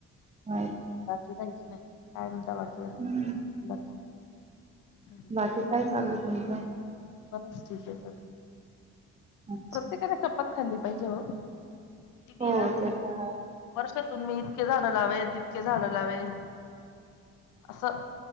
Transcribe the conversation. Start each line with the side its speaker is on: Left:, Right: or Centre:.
Right: माहिती.
Left: बाकी काहीच नाही, काय म्हणता बाकी?
Right: हम्..
Left: बर का.. हम..
Right: बाकी काय चागलं तुमचं?
Left: बस ठीक आहे..
Right: अच्छा.
Left: प्रत्येकाने खपत खाल्ली पाहिजे हो.. कि मी
Right: हो
Left: ना
Right: ते आहे.
Left: वर्षातून मी इतके झाडं लावेल तितके झाडं लावेल. असं